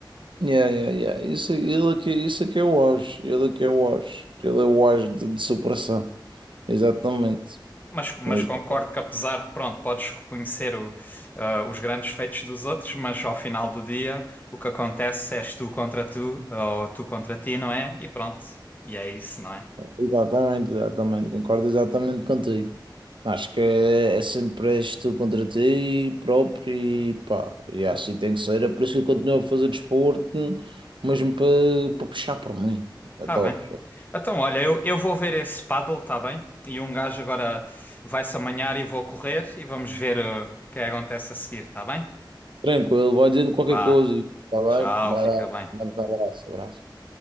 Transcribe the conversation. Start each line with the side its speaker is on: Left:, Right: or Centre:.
Right: Yeah, yeah, yeah. Isso, ele, é que, isso é que é o auge. Ele é que é o auge. Ele é o auge de, de superação. Exatamente.
Left: Mas, mas
Right: Exa-
Left: concordo que apesar de, pronto, podes reconhecer o, ah, os grandes feitos dos outros, mas ao final do dia o que acontece és tu contra tu, ou tu contra ti, não é? E pronto, e é isso, não é?
Right: Exatamente, exatamente. Concordo exatamente contigo. Acho que é, é sempre és tu contra ti próprio e pá. E assim tem que ser. É por isso que eu continuo a fazer desporto, mesmo para para puxar por mim. Adoro.
Left: Tá bem. Então, olha, eu, eu vou ver esse paddle, tá bem? E um gajo agora vai-se amanhar e vou correr e vamos ver ah, o que é que acontece a seguir, tá bem?
Right: Tranquilo, vai dizendo qualquer
Left: Vá,
Right: coisa. Está bem?
Left: tchau,
Right: Vai
Left: fica
Right: dar,
Left: bem.
Right: vai dar abraço, abraço.